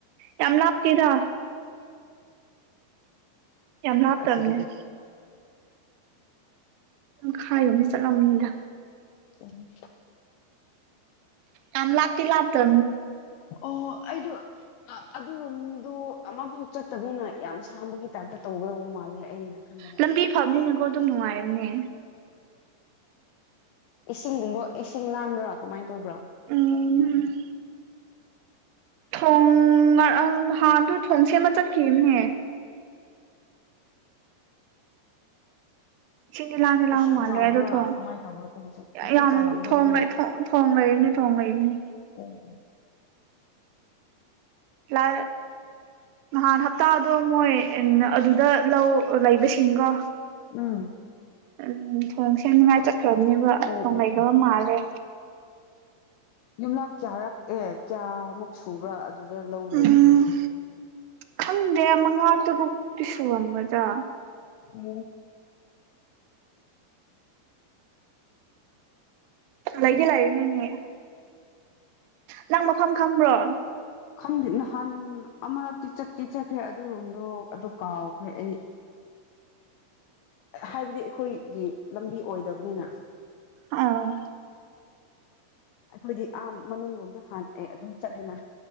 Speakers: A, on the right; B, on the left.
A: ꯌꯥꯝ ꯂꯥꯞꯇꯦꯗ ꯌꯥꯝ ꯂ ꯍꯥꯞꯇꯕꯅꯦ
B: ꯑꯁꯤꯗꯒꯤ
A: ꯝ ꯍꯥꯏꯌꯣ ꯃꯤ ꯆꯠꯂꯝꯅꯤꯗ
B: ꯑꯣꯝ
A: ꯌꯥꯝ ꯂꯥꯛꯄꯤ ꯂꯥꯛꯗ
B: ꯑꯣ ꯑꯩꯗ ꯑ ꯑꯗꯨꯔꯣꯝꯗꯣ ꯑꯃꯐꯥꯎ ꯆꯠꯇꯅꯤꯅ ꯌꯥꯝ ꯁꯥꯡꯕꯒꯤ ꯇꯥꯏꯞꯇ ꯇꯧꯒꯗꯧꯕ ꯃꯥꯜꯂꯦ ꯑꯩꯅ ꯈꯟꯕꯗ
A: ꯂꯝꯕꯤ ꯐꯕꯅꯤꯅꯀꯣ ꯑꯗꯨꯝ ꯅꯨꯡꯉꯥꯏꯝꯅꯦ
B: ꯏꯁꯤꯡꯒꯨꯝꯕ ꯏꯁꯤꯡ ꯂꯥꯟꯕ꯭ꯔꯥ ꯀꯃꯥꯏꯅ ꯇꯧꯕ꯭ꯔꯥ
A: ꯎꯝ ꯊꯣꯡ ꯉꯪ ꯍꯥꯟꯗ ꯊꯣꯡ ꯁꯦꯝꯦ ꯑꯃ ꯆꯠꯀꯦꯅꯦ ꯏꯤꯟꯗꯤ ꯂꯥꯟꯅꯤ ꯂꯥꯟ
B: ꯏꯁꯤꯡ
A: ꯃꯥꯜꯂꯦ
B: ꯆꯥꯎꯕ꯭ꯔꯥ
A: ꯑꯗꯣ ꯊꯣꯡꯉ
B: ꯀꯃꯥꯏꯅ ꯇꯧꯕ꯭ꯔꯥ ꯍꯧꯖꯤꯛ ꯏꯁꯤꯡ
A: ꯌꯥꯝ
B: ꯆꯥꯎꯔꯝꯗꯧꯕ
A: ꯊꯣꯡꯈꯦ ꯊꯣꯡ ꯊꯣꯡ ꯂꯩꯔꯤꯅꯤ ꯊꯣꯡ ꯂꯩꯔꯤꯅꯤ
B: ꯑꯣ
A: ꯂ ꯑ ꯍꯞꯇꯥꯗꯣ ꯃꯣꯏ ꯑꯗꯨꯗ ꯂꯧ ꯂꯩꯕꯁꯤꯡꯒꯣ
B: ꯎꯝ
A: ꯎꯝ ꯊꯣꯡ ꯁꯦꯝꯦ ꯅꯨꯡꯉꯥꯏ ꯆꯠꯈ꯭ꯔꯕꯅꯦꯕ
B: ꯑꯣ
A: ꯊꯣꯡ
B: ꯑꯣ
A: ꯂꯩꯈꯕ
B: ꯑꯣ
A: ꯃꯥꯜꯂꯦ
B: ꯌꯨꯝꯂꯛ ꯀꯌꯥꯔꯛ ꯑꯦ ꯀꯌꯥꯃꯨꯛ ꯁꯨꯕ꯭ꯔꯥ ꯑꯗꯨꯗ ꯂꯧ ꯂꯩꯕꯗꯣ
A: ꯎꯝ ꯈꯪꯗꯦ ꯃꯉꯥ ꯇꯔꯨꯛꯇꯤ ꯁꯨꯔꯝꯒꯗ꯭ꯔꯥ
B: ꯎꯝ
A: ꯂꯩꯗꯤꯦ ꯂꯥꯛꯌꯨ ꯅꯅꯦ ꯅꯪ ꯃꯐꯝ ꯈꯪꯕ꯭ꯔꯣ
B: ꯈꯪꯗꯦ ꯅꯍꯥꯟ ꯑꯃꯨꯔꯛꯇꯤ ꯆꯠꯇꯤ ꯆꯠꯈ꯭ꯔꯦ ꯑꯗꯨ ꯔꯣꯝꯗꯣ ꯑꯗꯨ ꯀꯥꯎꯈ꯭ꯔꯦ ꯑꯩ ꯍꯥꯏꯕꯗꯤ ꯑꯩꯈꯣꯏꯒꯤ ꯂꯝꯕꯤ ꯑꯣꯏꯗꯕꯅꯤꯅ
A: ꯑꯥ
B: ꯑꯩꯈꯣꯏꯗꯤ ꯑꯥ ꯃꯅꯨꯡꯂꯣꯝꯗ ꯍꯥꯇꯦ ꯑꯗꯨꯝ ꯆꯠꯂꯦꯅ